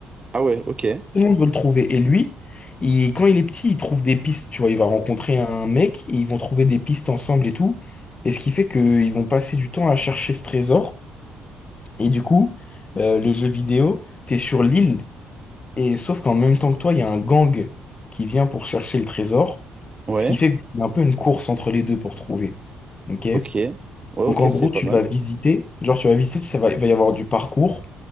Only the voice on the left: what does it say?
Tout le monde veut le trouver. Et lui, il- quand il est petit, il trouve des pistes. Tu vois, il va rencontrer un mec et ils vont trouver des pistes ensemble et tout. Et ce qui fait qu'ils vont passer du temps à chercher ce trésor. Et du coup, euh, le jeu vidéo, t'es sur l'île. Et sauf qu'en même temps que toi, il y a un gang qui vient pour chercher le trésor.
Ce qui fait qu'il y a un peu une course entre les deux pour trouver. OK?
Donc en gros,
tu
vas visiter. Genre, tu vas visiter, ça va, il va y avoir du parcours,